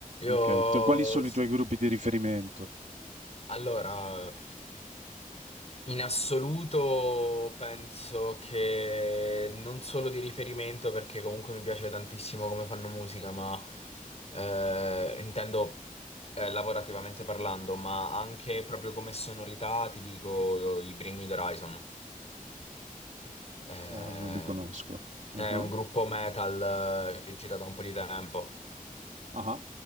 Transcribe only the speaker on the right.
Ok, te- quali sono
i tuoi gruppi di riferimento?
Eh, non li conosco.
Mhm.
Ah,